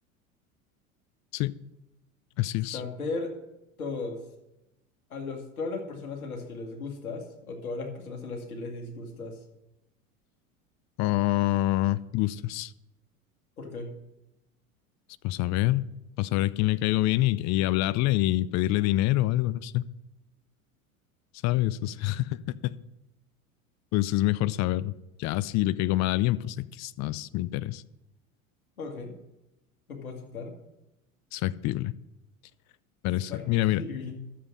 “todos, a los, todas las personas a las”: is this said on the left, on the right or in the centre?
Left